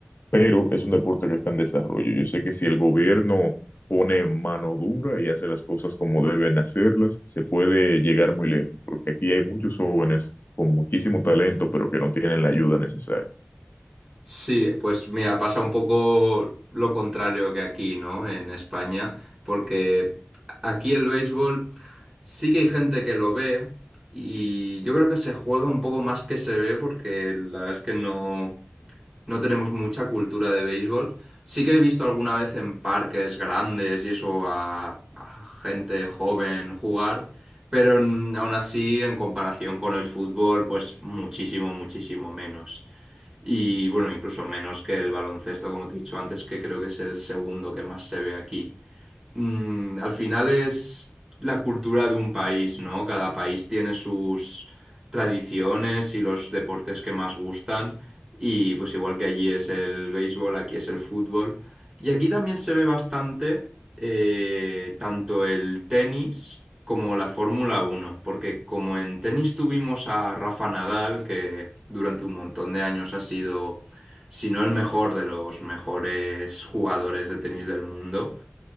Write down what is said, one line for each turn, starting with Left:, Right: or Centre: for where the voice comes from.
Left: pero es un deporte que está en desarrollo. Yo sé que si el gobierno pone mano dura y hace las cosas como deben hacerlas, se puede llegar muy lejos, porque aquí hay muchos jóvenes con muchísimo talento, pero que no tienen la ayuda necesaria.
Right: Sí, pues mira, pasa un poco lo contrario que aquí, ¿no? En España, porque aquí el béisbol sí que hay gente que lo ve y yo creo que se juega un poco más que se ve porque la verdad es que no, no tenemos mucha cultura de béisbol. Sí que he visto alguna vez en parques grandes y eso a, a gente joven jugar, pero en- aún así en comparación con el fútbol, pues muchísimo, muchísimo menos. Y bueno, incluso menos que el baloncesto, como te he dicho antes, que creo que es el segundo que más se ve aquí mm, al final es la cultura de un país, ¿no? Cada país tiene sus tradiciones y los deportes que más gustan. Y pues igual que allí es el béisbol, aquí es el fútbol. Y aquí también se ve bastante eh, tanto el tenis como la Fórmula Uno, porque como en tenis tuvimos a Rafa Nadal, que durante un montón de años ha sido, si no el mejor de los mejores jugadores de tenis del mundo,